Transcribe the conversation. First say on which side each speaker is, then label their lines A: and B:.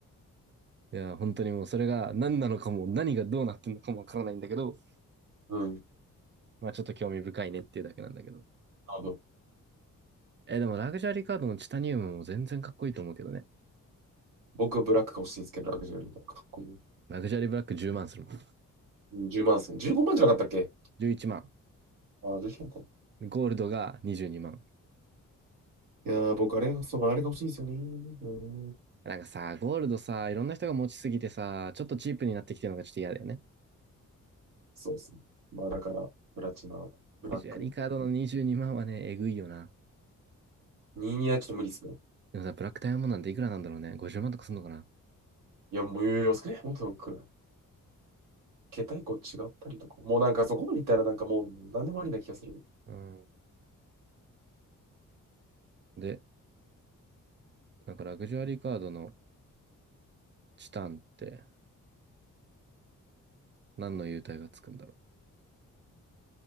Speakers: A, on the right; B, on the right.
A: いや、本当にもうそれが何なのかも、何がどうなってんのかもわからないんだけど、
B: <laughs> うん。
A: まあちょっと興味深いねっていうだけなんだけど。
B: あの、
A: え、でもラグジュアリーカードのチタニウムも全然かっこいいと思うけどね。
B: 僕、ブラックが欲しいですけど、ラグジュアリーならかっこいい。
A: ラグジュアリーブラック10万するもん。
B: うん10万ですね。15万じゃなかったっけ
A: 11万。
B: ああ、15万か。
A: ゴールドが22万。
B: いやー、僕、あれが、そう、あれが欲しいですよね。うん。
A: なんかさ、ゴールドさ、いろんな人が持ちすぎてさ、ちょっとチープになってきてるのがちょっと嫌だよね。
B: そうですね。まあ、だから、プラチナ、ブラック。
A: ラグジュアリーカードの22万はね、えぐいよな。
B: 2にはちょっと無理ですね。
A: でもさ、ブラックダイヤモンドなんていくらなんだろうね。50万とかすんのかな。
B: いや、もう、余裕ね。もっとくらい。桁一個違ったりとか。もうなんかそこまでいったらなんかもう何でもありな気がする。
A: うん。で、なんかラグジュアリーカードのチタンって何の優待がつくんだろう。